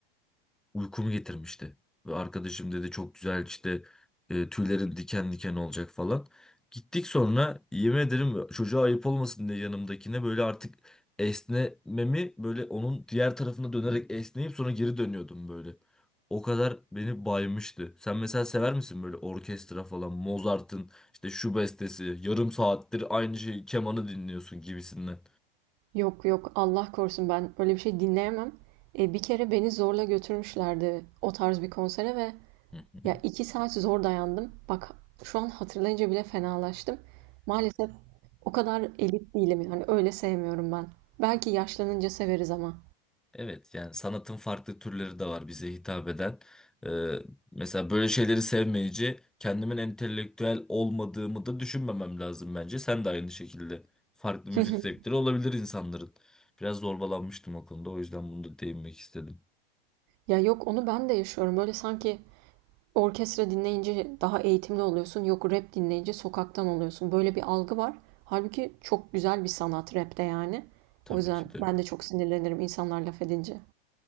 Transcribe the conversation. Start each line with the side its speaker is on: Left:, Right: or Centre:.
Centre: uykumu getirmişti. Ve arkadaşım dedi çok güzel işte e, tüylerin diken diken olacak falan. Gittik sonra yemin ederim çocuğa ayıp olmasın diye yanımdakine böyle artık esnememi böyle onun diğer tarafına dönerek esneyip sonra geri dönüyordum böyle. O kadar beni baymıştı. Sen mesela sever misin böyle orkestra falan, Mozart'ın işte şu bestesi, yarım saattir aynı şey kemanı dinliyorsun gibisinden.
Right: Yok yok Allah korusun ben öyle bir şey dinleyemem. E, bir kere beni zorla götürmüşlerdi o tarz bir konsere ve
Centre: Hı hı.
Right: Ya 2 saat zor dayandım. Bak şu an hatırlayınca bile fenalaştım. Maalesef o kadar elit değilim yani öyle sevmiyorum ben. Belki yaşlanınca severiz ama.
Centre: Evet yani sanatın farklı türleri de var bize hitap eden. Ee, mesela böyle şeyleri sevmeyici kendimin entelektüel olmadığımı da düşünmemem lazım bence. Sen de aynı şekilde farklı müzik
Right: <laughs>
Centre: zevkleri olabilir insanların. Biraz zorbalanmıştım o konuda o yüzden bunu da değinmek istedim.
Right: Ya yok onu ben de yaşıyorum. Böyle sanki orkestra dinleyince daha eğitimli oluyorsun. Yok rap dinleyince sokaktan oluyorsun. Böyle bir algı var. Halbuki çok güzel bir sanat rapte yani.
Centre: Tabii
Right: O yüzden
Centre: ki de.
Right: ben de çok sinirlenirim insanlar laf edince.